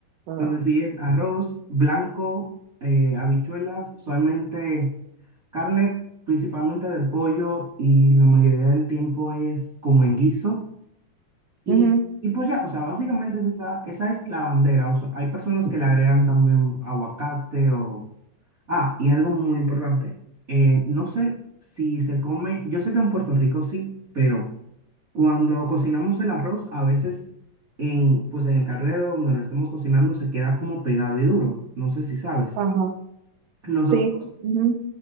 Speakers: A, on the right; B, on the right.
A: Ajá.
B: Entonces sí es arroz blanco, eh, habichuelas, usualmente carne principalmente de pollo y la mayoría del tiempo es como en guiso. Y,
A: Ujú,
B: y pues ya, o sea, básicamente es esa, esa es la bandera. O sea, hay personas que le agregan también aguacate o... Ah, y algo muy importante. eh, no sé si se come, yo sé que en Puerto Rico sí, pero... Cuando cocinamos el arroz, a veces en, pues en el carrero donde lo estemos cocinando se queda como pegado y duro. No sé si sabes.
A: Ajá.
B: Nosotros
A: Sí. ujú.